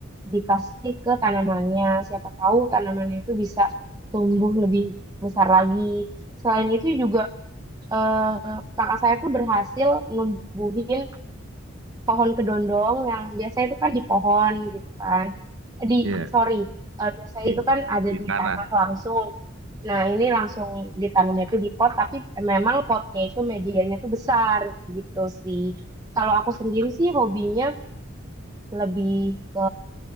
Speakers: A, on the right (about 20°); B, on the right (about 70°).
A: dikasih ke tanamannya. Siapa tahu tanamannya itu bisa tumbuh lebih besar lagi. Selain itu juga eh, kakak saya tuh berhasil numbuhin pohon kedondong yang biasanya itu kan di pohon gitu kan. Eh, Di
B: Iya,
A: sorry, eh, biasanya
B: di,
A: itu kan ada
B: di
A: di
B: tanah.
A: tanah langsung. Nah ini langsung ditanamnya tuh di pot, tapi memang potnya itu medianya tuh besar gitu sih. Kalau aku sendiri sih hobinya lebih ke